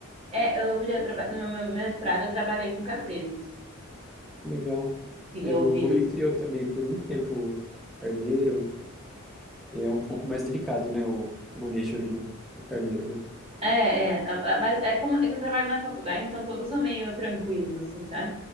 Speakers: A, on the right; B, in the centre.
A: É, eu já trabalhei, no meu mestrado eu trabalhei com caprinos
B: Legal.
A: e
B: É,
A: ovinos.
B: meu avô, ele criou também por muito tempo carneiro. É um pouco mais delicado, né, o, o manejo ali do, do carneiro, né?
A: É, é, a- a- mas é como é que eu trabalho na faculdade, então todos são meio tranquilos, assim, sabe?